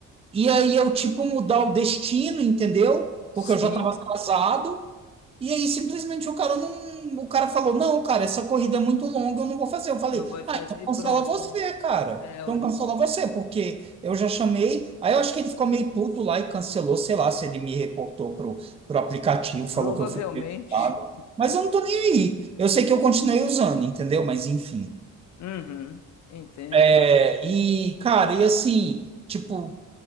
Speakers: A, on the right; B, on the left.
A: e aí eu, tipo, mudar o destino, entendeu? Porque
B: Sim,
A: eu já tava atrasado. E aí, simplesmente o cara não. O cara falou: Não, cara, essa corrida é muito longa, eu não vou fazer. Eu falei:
B: não vai fazer
A: Ah, então
B: e
A: cancela
B: pronto,
A: você,
B: né?
A: cara.
B: É,
A: Então
B: ué.
A: cancela você, porque eu já chamei. Aí eu acho que ele ficou meio puto lá e cancelou, sei lá, se ele me reportou pro, pro aplicativo, falou
B: Provavelmente.
A: que eu fui prejudicado.
B: <laughs>
A: Mas eu não tô nem aí. Eu sei que eu continuei usando, entendeu? Mas enfim.
B: Uhum, entendo.
A: É, e, cara, e assim, tipo.